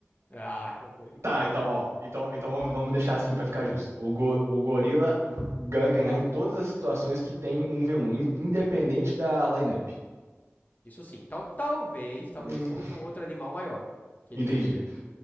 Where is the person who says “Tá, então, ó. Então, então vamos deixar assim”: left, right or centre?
Right